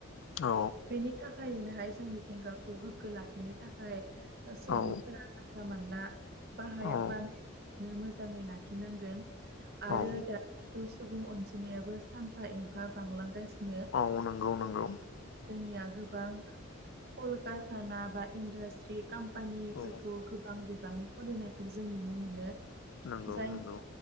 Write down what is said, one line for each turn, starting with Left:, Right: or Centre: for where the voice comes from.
Left: औ
Right: बेनि थाखायनोहाय जों मिथिंगाखौ गोग्गो लाखिनो थाखाय सुबुंफोरा
Left: औ
Right: जानला मोनानला बाह
Left: औ
Right: बानाय मोजाङै लाखिनांगोन आरो
Left: औ
Right: दाथ' सुबुं अनजिमायाबो सा एफा एमफा बांलांगासिनो।
Left: औ नंगौ नंगौ
Right: जोंनिया गोबां कलकारखाना बा इन्डास्ट्रि काम्पानिफोरखौ
Left: औ
Right: गोबां बिबांनि फरायनायखौ जों नुनो मोनो
Left: नंगौ
Right: जायनि
Left: नंगौ